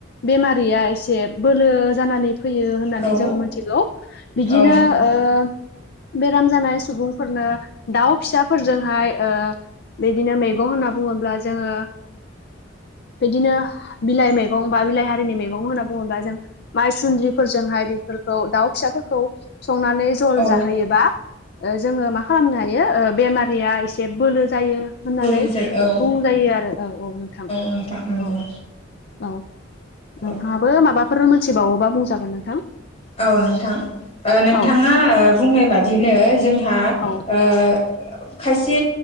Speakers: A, on the left (about 55°); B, on the left (about 35°).
A: बेमारिया एसे बोलो जानानै फैयो होननानै
B: औ
A: जों मिथिगौ बिदिनो
B: औ नोंथां
A: ओ बेराम जानाय सुबुंफोरनो दाउ फिसाफोरजोंहाय बिदिनो मैगं होनना बुङोब्ला जोङो बिदिनो बिलाइ मैगं बा बिलाइ हारिनि मैगं होनना बुङोब्ला जों माइसुन्द्रिफोरजोंहाय बेफोरखौ दाउ फिसाफोरखौ संनानै जल
B: औ
A: जाहोयोबा जोङो मा खालामनो हायो बेमारिया एसे जे बोलो जायो होननानै
B: बोलो जायो औ
A: बुंजायो आरो औ औ नोंथां
B: नोंथां नंगौ
A: औ औ नोंथाङाबो
B: औ
A: माबाफोर मोनथिबावोबा बुंजागोन नोंथां?
B: औ नोंथां नोंथाङा
A: औ
B: बुंनाय बादिनो जोंहा
A: औ
B: ओ खायसे